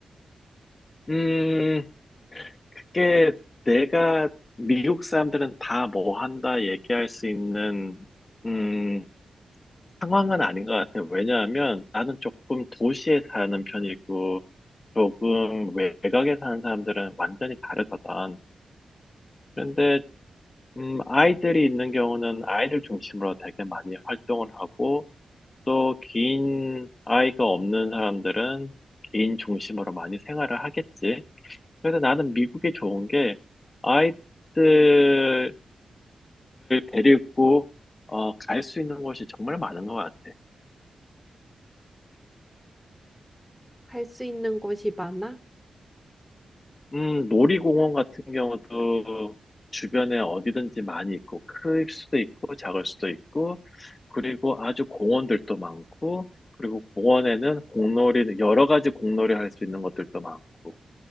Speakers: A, on the left; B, in the centre.
A: 음, 그게 내가 미국 사람들은 다 뭐 한다 얘기할 수 있는, 음, 상황은 아닌 것 같아. 왜냐하면 나는 조금 도시에 사는 편이고, 조금 외곽에 사는 사람들은 완전히 다르거든. 그런데, 음, 아이들이 있는 경우는 아이들 중심으로 되게 많이 활동을 하고, 또 긴 아이가 없는 사람들은 개인 중심으로 많이 생활을 하겠지. 그래서 나는 미국이 좋은 게 아이들을 데리고 어, 갈 수 있는 곳이 정말 많은 것 같아.
B: 갈 수 있는 곳이 많아?
A: 음, 놀이공원 같은 경우도 주변에 어디든지 많이 있고 클 수도 있고 작을 수도 있고 그리고 아주 공원들도 많고 그리고 공원에는 공놀이 여러 가지 공놀이 할 수 있는 것들도 많고